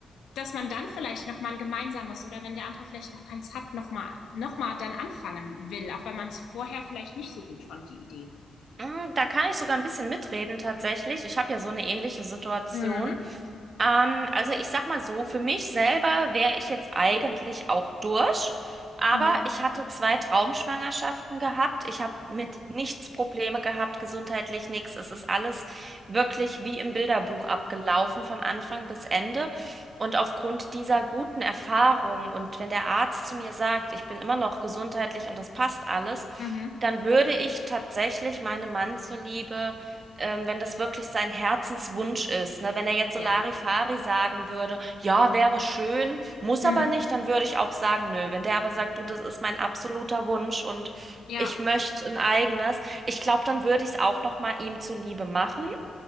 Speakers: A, on the left (about 85°); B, on the right (about 40°).
A: dass man dann vielleicht nochmal ein gemeinsames oder wenn der andere vielleicht noch keins hat, nochmal noch mal dann anfangen will, auch wenn man es vorher vielleicht nicht so gut fand, die Idee.
B: Mm, Da kann ich sogar ein bisschen mitreden tatsächlich. Ich habe ja so eine ähnliche Situation.
A: Mhm.
B: Ähm, also ich sag mal so, für mich selber wäre ich jetzt eigentlich auch durch, aber
A: Mhm.
B: ich hatte zwei Traumschwangerschaften gehabt. Ich habe mit nichts Probleme gehabt, gesundheitlich nichts. Es ist alles wirklich wie im Bilderbuch abgelaufen, von Anfang bis Ende. Und aufgrund dieser guten Erfahrung und wenn der Arzt zu mir sagt, ich bin immer noch gesundheitlich und das passt alles,
A: Mhm.
B: dann würde ich tatsächlich meinem Mann zuliebe, ähm, wenn das wirklich sein Herzenswunsch ist, ne? Wenn er jetzt so
A: Ja.
B: Larifari sagen würde, ja, wäre schön, muss
A: Mhm.
B: aber nicht, dann würde ich auch sagen, nö. Wenn der aber sagt, du, das ist mein absoluter Wunsch und
A: Ja.
B: ich möchte ein eigenes, ich glaube, dann würde ich es auch noch mal ihm zuliebe machen.